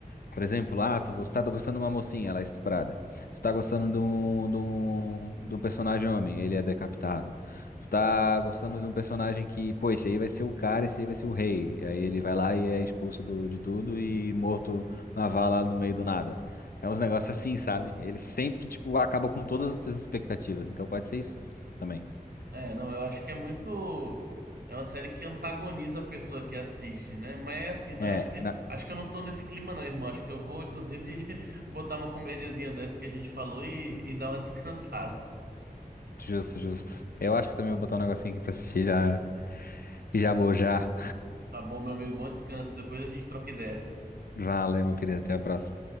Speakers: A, on the left (about 70°); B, on the right (about 80°).
A: Por exemplo, ah, tu gostar, tô gostando de uma mocinha, ela é estuprada. Tu tá gostando de um, de um, de um personagem homem, ele é decapitado. Tu tá gostando de um personagem que, pô, esse aí vai ser o cara, esse aí vai ser o rei. Aí ele vai lá e é expulso do, de tudo e morto na vala no meio do nada. É uns negócios assim, sabe? Ele sempre, tipo, acaba com todas as tuas expectativas. Então pode ser isso né? também.
B: É, não, eu acho que é muito. É uma série que antagoniza a pessoa que assiste, né? Mas é assim, não,
A: É,
B: acho que,
A: na-
B: acho que eu não tô nesse clima, não, irmão. Acho que eu vou, inclusive, <laughs> botar uma comediazinha dessa que a gente falou e, e dar uma <laughs> descansada.
A: justo, justo. Eu acho que também vou botar um negocinho aqui pra assistir já, e já bojar.
B: Tá bom, meu amigo, bom descanso. Depois a gente troca ideia.
A: Valeu, meu querido. Até a próxima.